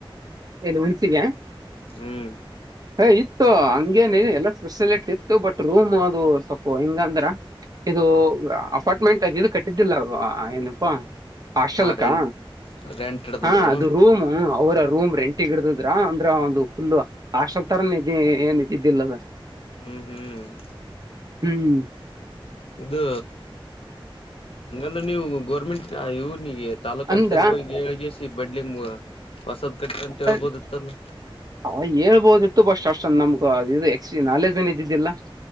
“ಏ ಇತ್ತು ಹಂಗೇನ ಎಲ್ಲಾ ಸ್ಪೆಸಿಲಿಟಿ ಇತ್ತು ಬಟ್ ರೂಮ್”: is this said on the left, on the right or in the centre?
Right